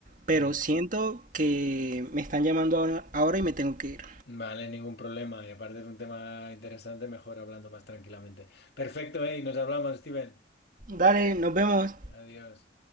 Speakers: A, on the right; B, on the left.
A: pero
B: Mm.
A: siento que me están llamando ahora, ahora y me tengo que ir.
B: Vale, ningún problema. Y aparte es un tema interesante, mejor hablando más tranquilamente. Perfecto, eh, y nos hablamos, Steven.
A: Dale, nos vemos.
B: Mm, Adiós.